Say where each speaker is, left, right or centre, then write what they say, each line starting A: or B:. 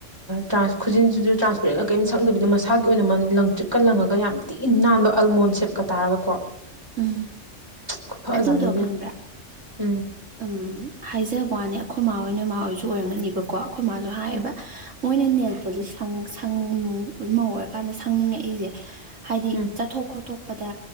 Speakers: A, on the right; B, on the right.
A: ꯇ꯭ꯔꯥꯟ ꯈꯨꯖꯤꯟꯁꯤꯁꯨ ꯇ꯭ꯔꯥꯟꯁꯄꯦꯔꯦꯟꯒ ꯀꯔꯤꯝ ꯁꯪꯗꯕꯤꯗ ꯃꯁꯥꯒꯤ ꯑꯣꯏꯅ ꯂꯪ ꯊꯔꯤꯛꯀ ꯂꯪꯉꯒ ꯌꯥꯝ ꯊꯤ ꯅꯥꯟꯕ ꯑꯜꯃꯣꯟ ꯁꯦꯞꯀ ꯇꯥꯔꯒꯀꯣ
B: ꯎꯝ
A: ꯈꯨꯐꯖ
B: ꯑꯗꯨꯗꯣ
A: ꯑꯃꯅꯤ ꯏꯕꯦꯝ
B: ꯈꯪꯕ꯭ꯔꯥ
A: ꯎꯝ
B: ꯎꯝ ꯍꯥꯏꯖꯕ ꯋꯥꯅꯤ ꯑꯩꯈꯣꯏ ꯃꯥꯥ ꯍꯣꯏꯅꯣꯏ ꯏꯃꯥꯍꯣꯏꯁꯨ ꯑꯣꯏꯔꯝꯒꯅꯤꯕꯀꯣ ꯑꯩꯈꯣꯏ ꯃꯥꯁꯨ ꯍꯥꯏꯌꯦꯕ
A: ꯎꯝ
B: ꯃꯣꯏꯅ ꯅꯦꯜꯄꯣꯂꯤꯁ ꯃꯧ ꯑꯣꯏꯔꯀꯥꯟꯗ ꯁꯪꯅꯤꯡꯉꯛꯏꯁꯦ ꯍꯥꯏꯗꯤ
A: ꯎꯝ
B: ꯆꯠꯊꯣꯛ ꯈꯣꯠ ꯑꯇꯣꯞꯄꯗ